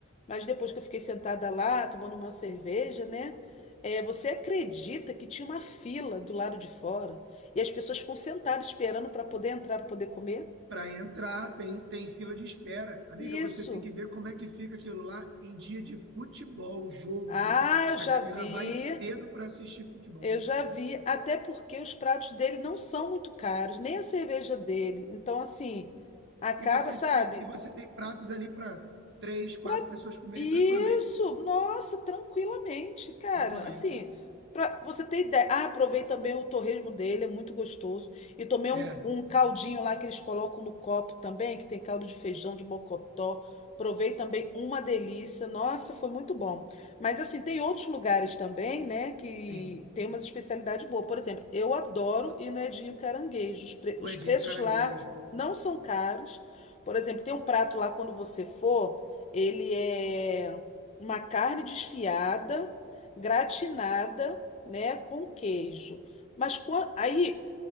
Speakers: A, on the left; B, on the right.
A: Mas depois que eu fiquei sentada lá, tomando uma cerveja, né? É, você acredita que tinha uma fila do lado de fora e as pessoas ficam sentadas esperando para poder entrar, para poder comer?
B: Para entrar, tem, tem fila de espera. Amiga,
A: Isso.
B: você tem que ver como é que fica aquilo lá em dia de futebol, jogo,
A: Ah, eu
B: que
A: já
B: a galera
A: vi,
B: vai cedo para assistir futebol.
A: eu já vi. Até porque os pratos dele não são muito caros, nem a cerveja dele. Então, assim, acaba,
B: E você,
A: sabe?
B: se- e você tem pratos ali para três, quatro
A: Pra-
B: pessoas comerem
A: Isso,
B: tranquilamente.
A: nossa, tranquilamente, cara.
B: Tranquilamente.
A: Assim, pra você ter ideia. Ah, provei também o torresmo dele, é muito gostoso. E tomei
B: É,
A: um, um caldinho lá que eles colocam no copo também, que tem caldo de feijão de mocotó. Provei também uma delícia. Nossa, foi muito bom. Mas assim, tem outros lugares também, né, que
B: sim.
A: tem umas especialidades boas. Por exemplo, eu adoro ir no Edinho Caranguejo. Os, pre- os
B: O Edinho
A: preços
B: do Caranguejo.
A: lá não são caros. Por exemplo, tem um prato lá quando você for. Ele é uma carne desfiada, gratinada, né, com queijo. Mas quan- aí